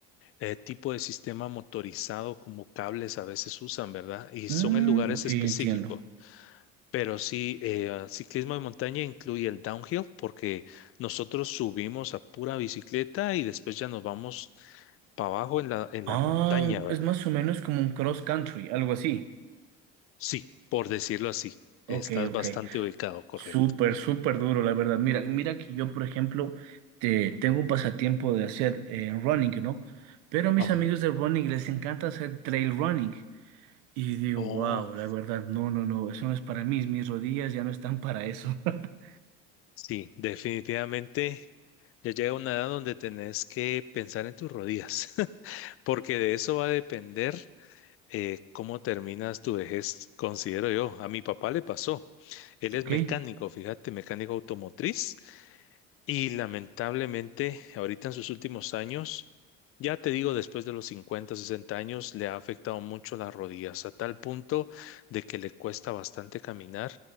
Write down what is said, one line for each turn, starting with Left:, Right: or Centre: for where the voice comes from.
Left: eh, tipo de sistema motorizado como cables a veces usan, ¿verdad? Y
Right: Mm,
Left: son en lugares
Right: ok,
Left: específicos.
Right: entiendo.
Left: Pero sí, eh, ciclismo de montaña incluye el downhill porque nosotros subimos a pura bicicleta y después ya nos vamos para abajo en la, en
Right: Ah,
Left: la montaña, ¿verdad?
Right: es más o menos como un cross country, algo así.
Left: Sí, por decirlo así,
Right: Ok,
Left: estás
Right: ok.
Left: bastante ubicado, correcto.
Right: Súper, súper duro, la verdad. Mira, mira que yo, por ejemplo, te, tengo un pasatiempo de hacer eh, running, ¿no? Pero a mis
Left: Ajá.
Right: amigos de running les encanta hacer trail running. Y digo,
Left: Oh,
Right: wow, la verdad, no, no, no, eso no es para mí, mis rodillas ya no están para eso. <laughs>
Left: sí, definitivamente ya llega una edad donde tenés que pensar en tus rodillas, <laughs> porque de eso va a depender eh, cómo terminas tu vejez, considero yo. A mi papá le pasó. Él
Right: ¿Ok?
Left: es mecánico, fíjate, mecánico automotriz. Y lamentablemente, ahorita en sus últimos años, ya te digo, después de los 50 60 años, le ha afectado mucho las rodillas, a tal punto de que le cuesta bastante caminar